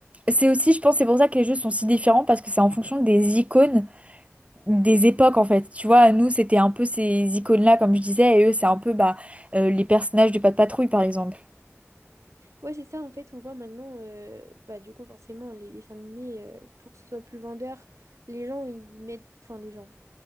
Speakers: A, on the right; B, on the right.
A: c'est aussi, je pense, c'est pour ça que les jeux sont si différents, parce que c'est en fonction des icônes des époques en fait. Tu vois, nous c'était un peu ces icônes-là comme je disais et eux c'est un peu bah, euh, les personnages de Pat' Patrouille par exemple.
B: Ouais, c'est ça, en fait, on voit maintenant, euh, bah, du coup, forcément, les dessins animés, euh, pour que ce soit plus vendeur, les gens, ils mettent, enfin, les gens,